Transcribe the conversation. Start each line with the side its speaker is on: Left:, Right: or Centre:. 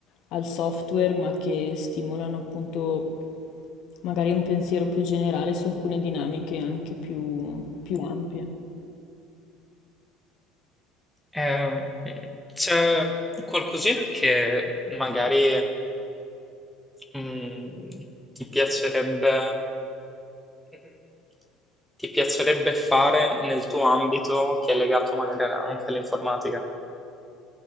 Left: al software, ma che stimolano appunto magari un pensiero più generale su alcune dinamiche anche più più ampie.
Centre: Eh, c'è qualcosina che magari mm, ti piacerebbe, mm, ti piacerebbe fare nel tuo ambito che è legato magari anche all'informatica?